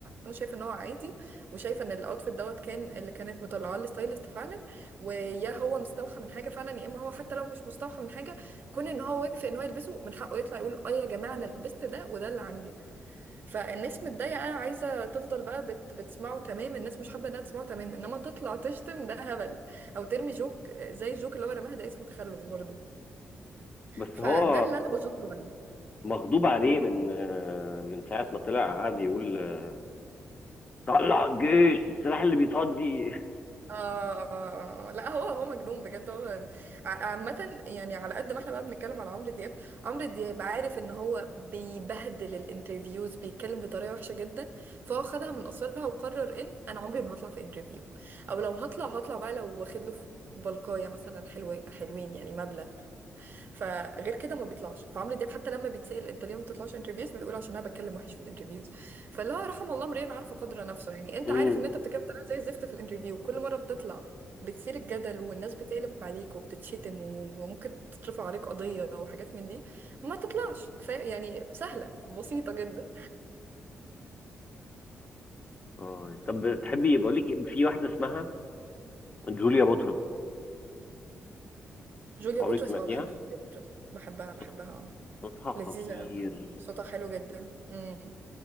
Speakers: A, on the right (about 50°); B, on the left (about 35°).
A: انا شايفه ان هو عادي وشايفه ان الاوتفيت دوت كان اللي كانت مطلعاه الستايلست فعلا ويا هو مستوحى من حاجه فعلا يا اما هو حتى لو مش مستوحى من حاجه كون ان هو وافق ان هو يلبسه من حقه يطلع يقول اه يا جماعه انا لبست ده وده اللي عندي فالناس متضايقة عايزة تفضل بقى بت... بتسمعه تمام الناس مش حابة انها تسمعه تمام انما تطلع تشتم ده هبل او ترمي جوك زي الجوك اللي هو رماها ده اسمه تخلف برضه
B: بس
A: فده
B: هو
A: اللي انا بزوره
B: مغضوب عليه من آه، من ساعة ما طلع قعد يقول آه، طلع الجيش السلاح اللي بيصدي
A: آه لا هو هو مجنون بجد هو ع- عامة يعني على قد ما احنا بقى بنتكلم على عمرو دياب عمرو دياب عارف ان هو بيبهدل الانترفيوز بيتكلم بطريقة وحشة جدا فهو خدها من قصرها وقرر ان انا عمري ما هطلع في انترفيو او لو هطلع هطلع بقى لو واخد له بلقاية مثلا حلوة حلوين يعني مبلغ فغير كده ما بيطلعش فعمرو دياب حتى لما بيتسأل انت ليه ما بتطلعش انترفيوز بيقول عشان انا بتكلم وحش في الانترفيوز فاللي هو رحم الله امرئ عرف قدر نفسه يعني
B: <laughs>
A: انت
B: امم
A: عارف ان انت بتتكلم بطريقه زي الزفت في الانترفيو كل مره بتطلع بتثير الجدل والناس بتقلب عليك وبتتشتم وممكن تترفع عليك قضيه وحاجات من دي ما تطلعش فاهم يعني سهله بسيطه جدا
B: اه طب تحبي بقول لك إيه، في واحدة اسمها جوليا بطرس
A: جوليا
B: عمرك
A: بطرس
B: سمعتيها
A: اه بحب جوليا بطرس بحبها بحبها
B: صوت-
A: اه
B: صوتها خطير
A: لذيذة أوي صوتها حلو جدا امم